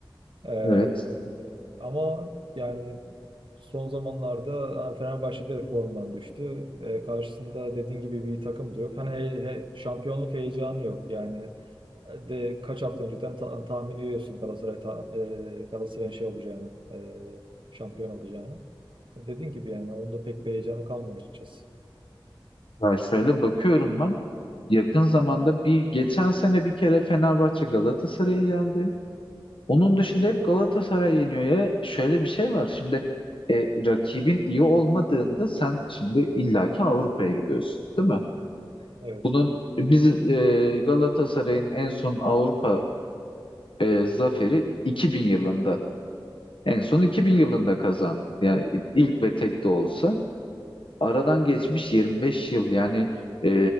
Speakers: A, on the right; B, on the left.
A: E,
B: Evet.
A: ama yani Son zamanlarda Fenerbahçe de formdan düştü. E, karşısında dediğin gibi bir takım da yok. Hani he- he- şampiyonluk heyecanı yok. Yani e, de kaç hafta önceden ta- tahmin ediyorsun Galatasaray ta- e, Galatasaray'ın şey olacağını, e, şampiyon olacağını. E, Dediğin gibi yani onda pek bir heyecanı kalmıyor açıkçası.
B: Ya şöyle bakıyorum ben. Yakın zamanda bir geçen sene bir kere Fenerbahçe Galatasaray'ı yendi. Onun dışında hep Galatasaray yeniyor ya. Şöyle bir şey var. Şimdi e, rakibin iyi olmadığında sen şimdi illaki Avrupa'ya gidiyorsun, değil mi?
A: Evet.
B: Bunun biz e, Galatasaray'ın en son Avrupa e, zaferi 2000 yılında. En son 2000 yılında kazandı. Yani ilk ve tek de olsa. aradan geçmiş 25 yıl yani e,